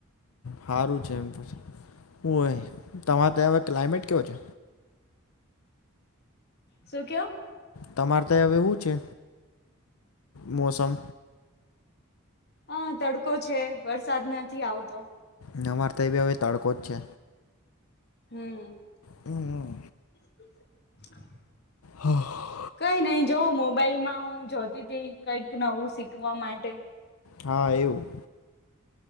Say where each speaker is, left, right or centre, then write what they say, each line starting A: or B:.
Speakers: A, on the left (about 85°); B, on the left (about 50°).
A: સારું છે એમ હો તમારે ત હવે ક્લાયમેટ કેવો છે
B: શું ક
A: તમારે તો હવેવું છે મોસમ
B: હ તડકો છે વરસાદ નથી આવતો
A: ન મારતા એ બી હવે તડકો જ છે
B: હમ
A: હમ
B: <inaudible>
A: હા
B: કઈ નઈ જોવ મોબાઈલમાં હું જોતી હતી કઈક નવું શીખવા માટે
A: હા એવું